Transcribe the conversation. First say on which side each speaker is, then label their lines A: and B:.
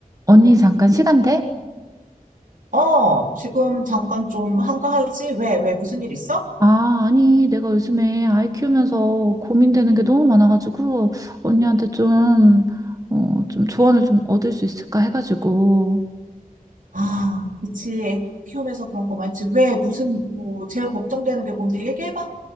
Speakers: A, on the right; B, on the right.
A: 언니 잠깐 시간 돼?
B: 어, 지금 잠깐 좀 한가하지? 왜, 왜, 무슨 일 있어?
A: 아, 아니, 내가 요즘에 아이 키우면서 고민되는 게 너무 많아가지고, 언니한테 좀, 어, 좀 조언을 좀 얻을 수 있을까 해가지고,
B: 아, 그치. 애 키우면서 그런 거 많지. 왜, 무슨, 뭐, 제일 걱정되는 게 뭔데? 얘기해봐.